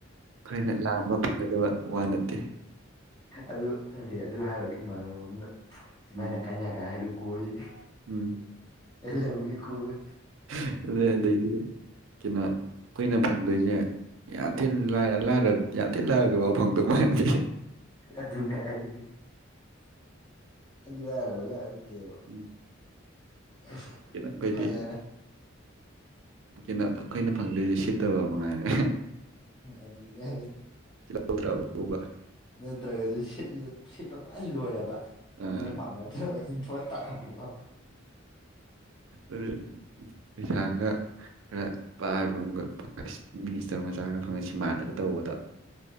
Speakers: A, on the right; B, on the left.
A: ꯑꯩꯈꯣꯏꯅ ꯂꯥꯡꯝꯕ ꯐꯪꯒꯗꯕ ꯋꯥ ꯅꯠꯇꯦ
B: ꯑꯗꯨꯗꯤ ꯑꯗꯨ ꯍꯥꯏꯔꯣꯒ ꯏꯃꯥꯟꯅꯕ ꯑꯃꯅ ꯁꯨꯃꯥꯏꯅ
A: ꯎꯝ
B: ꯀꯥꯏꯅꯔ ꯀꯥꯟ ꯍꯥꯏꯔꯨ ꯀꯣꯏꯜꯂꯤ
A: ꯎꯝ
B: ꯂ ꯎꯒꯤ ꯀꯕꯦ
A: ꯑꯗꯩ ꯑꯗꯩꯗꯤ ꯀꯩꯅꯣ ꯑꯩꯈꯣꯏꯅ ꯐꯪꯗꯣꯏꯁꯦ ꯌꯥꯊꯤꯤꯟ ꯌꯥꯊꯤꯤꯟ ꯂꯥꯏꯔꯗꯐꯥꯎ ꯐꯪꯗꯕ ꯃ
B: ꯑꯗꯨꯅꯦ ꯍꯥꯏ ꯑꯗꯨ ꯍꯥꯏꯔꯒ ꯀꯦꯕ
A: ꯎꯝ
B: ꯁ
A: ꯀꯩꯅꯣ ꯑꯩꯈꯣꯏꯗꯤ
B: ꯐꯖꯔꯦ
A: ꯀꯩꯅꯣ ꯑꯩꯈꯣꯏꯅ ꯐꯪꯗꯣꯏꯁꯦ ꯁꯤꯠꯇꯕ ꯃꯉꯥꯏꯔꯦ
B: ꯑꯗꯨ ꯑꯗꯨꯅꯦ
A: ꯆ ꯂ
B: ꯅꯠꯇ꯭ꯔꯒꯁꯨꯠꯂ ꯁꯤꯠꯄ ꯐꯅ ꯂꯣꯏꯔꯕ
A: ꯑꯥ
B: ꯏꯅꯦ ꯄꯥꯝꯃꯦ ꯑꯗꯨꯕ ꯏꯟꯊ ꯇꯥꯔꯝꯕ
A: ꯑꯗꯨ ꯄꯩꯁꯥꯒ ꯈꯔ ꯄꯥꯏꯕ ꯑꯃꯒ ꯐꯪꯁꯤ ꯃꯤꯅꯤꯁꯇꯔ ꯃꯆꯥꯒ ꯐꯪꯉꯁꯤ ꯃꯥꯟꯅꯒ ꯇꯧꯕꯗ